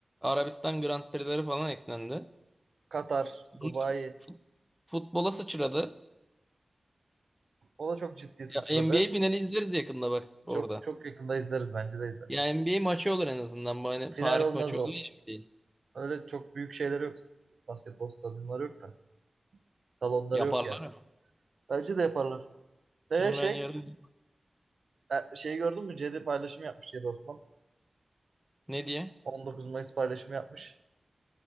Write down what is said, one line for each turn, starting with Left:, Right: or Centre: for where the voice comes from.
Centre: Arabistan Grand Prix'leri falan eklendi.
Right: Katar, Dubai
Centre: Fut- Futbola sıçradı.
Right: o da çok ciddi sıçradı.
Centre: Ya NBA finali izleriz yakında bak orada.
Right: Çok çok yakında izleriz bence de izleriz.
Centre: Ya NBA maçı olur en azından. Bu Hani
Right: Final
Centre: Paris
Right: olmaz
Centre: maçı
Right: o
Centre: olur ya değil.
Right: Öyle çok büyük şeyleri yok. Basketbol stadyumları yok da. Salonları
Centre: Yaparlar
Right: yok yani.
Centre: ama.
Right: Bence de yaparlar. Ve
Centre: Hemen
Right: şey,
Centre: yarın
Right: e, şeyi gördün mü? Cedi paylaşımı yapmış Cedi Osman.
Centre: ne diye?
Right: 19 Mayıs paylaşımı yapmış.